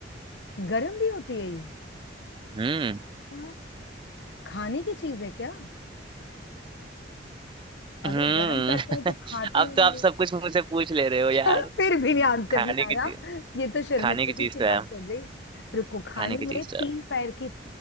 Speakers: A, on the left; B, on the right.
A: गरम भी होती है ये
B: हम्म
A: अच्छा खाने की चीज है क्या अगर
B: हम्म
A: गरम करते
B: <laughs>
A: हैं तो खाते
B: अब
A: होंगे
B: तो आप सब कुछ मुझसे पूछ ले रहे हो
A: <laughs>
B: यार
A: फिर भी आंसर
B: खाने
A: नहीं आ
B: की
A: रहा
B: चीज
A: ये तो शर्मिंदगी
B: खाने की चीज
A: की
B: तो
A: बात
B: है
A: हो गई रुको खाने
B: खाने की
A: में
B: चीज
A: तीन
B: तो है
A: पैर की